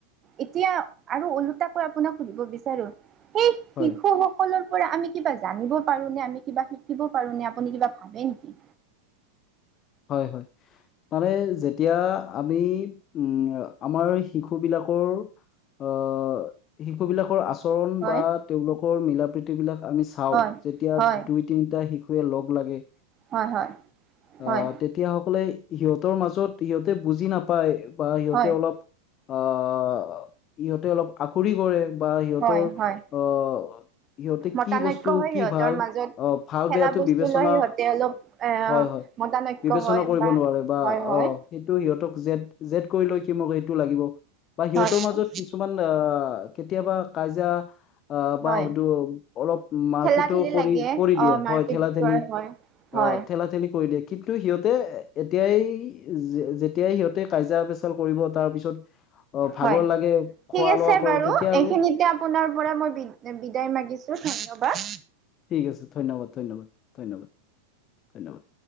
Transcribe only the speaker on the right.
এতিয়া আৰু ওলোটাকৈ আপোনাক সুধিব বিচাৰো সেই শিশুসকলৰ
পৰা আমি কিবা জানিব পাৰোনে? আমি কিবা শিকিব পাৰোনে? আপুনি কিবা ভাবে নিকি?
হয়
হয়
হয়
হয় হয়। হয়
হয়
হয় হয়
মতানৈক্য
হয় সিহঁতৰ
মাজত
খেলা
বস্তু
লৈ সিহঁতে অলপ এ
মতানৈক্য
হয়
হয় হয়
হয় হয়
হয়
খেলা খেলি
লাগে
অ মাৰপিট
কৰা
হয় হয়
হয়
ঠিক আছে
বাৰু
এইখিনিতে আপোনাৰ পৰা মই বিদ- বিদায় মাগিছোঁ ধন্যবাদ।